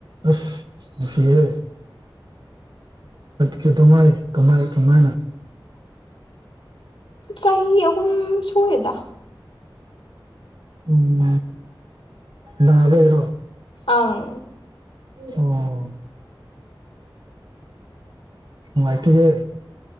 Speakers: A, on the right (about 60°); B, on the left (about 85°).
A: ꯑꯁꯁꯤꯍꯦ ꯀꯩꯗꯧꯉꯥꯏ ꯀꯃꯥꯏ ꯀꯃꯥꯏꯅ
B: ꯆꯍꯤ ꯑꯍꯨꯝ ꯁꯨꯔꯦꯗ
A: ꯎꯝ ꯂꯕꯔꯣ
B: ꯑꯪ
A: ꯑꯣ ꯃꯥꯥꯏꯇ ꯍꯦ